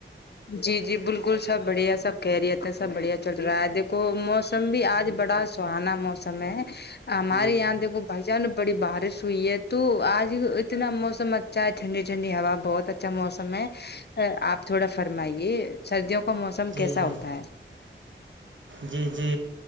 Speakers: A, on the left; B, on the right.
A: جی جی بالکل سب بڑھیا سب کہہ رہیے تھے سب بڑھیا چل رہا ہے کو موسم بھی آج بڑا سہانا موسم ہے
B: ہے
A: ہمارے
B: جی
A: یہاں دیکھو بھائی چان بڑی بارش ہوئی ہے تو آج اتنا موسم اچا چاہے ٹھنڈی ٹھنڈی ہوا بہت اچھا موسم ہے آپ تھوڑا فرمائیے سردیوں کا موسم
B: جی
A: کیسا ہوتا ہے
B: جی جی